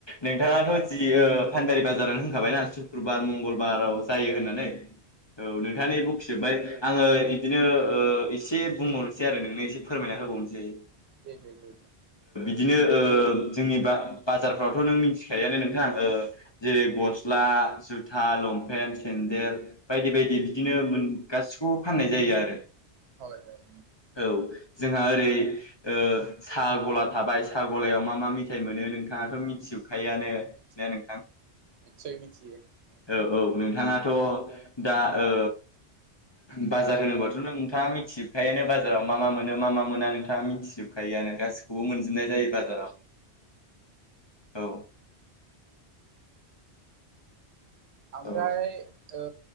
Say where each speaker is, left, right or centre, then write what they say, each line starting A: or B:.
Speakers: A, on the left; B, on the right.
A: नोंथाङाथ' जि फानदारि बाजारनो होनखाबायना‌ शुक्रुबार मंगलबाराव जायो
B: औ
A: होननानै। औ नोंथाङानि बखिजोबबाय आङो बिदिनो ओ एसे बुंहरनोसै आरो नोंनो एसे फोरमायना होबाव नोसै।
B: दे दे दे।
A: बिदिनो ओ जोंनि बा जारफ्रावथ' नों मिथिखायोानो नोंथां ओ जेरै गस्ला जुथा लंपेन सेन देल बायदि बायदि बिदिनो मोन गासिखौबो फाननाय जायो आरो।
B: हय हय।
A: औ जोंहा ओरै ओ साहा गला थाबाय साहा गलायाव मा मा मेथाइ मोनो नों थां मिथिजोब खायानो
B: मिथियो
A: ने नोंथां?
B: निस्सय मिथियो नोंथां।
A: औ औ नोंथाङाथ' दा ओ बाजार होनोबाथ' नोंथाङा मिथिजोबखायोयानो बाजाराव मा मा मोनो मा मा मोना नोंथाङा मिथिजोबखायोयानो। गासिखौबो मोनजोबनाय जायो बाजाराव। औ।
B: ओमफ्राय
A: औ
B: ओ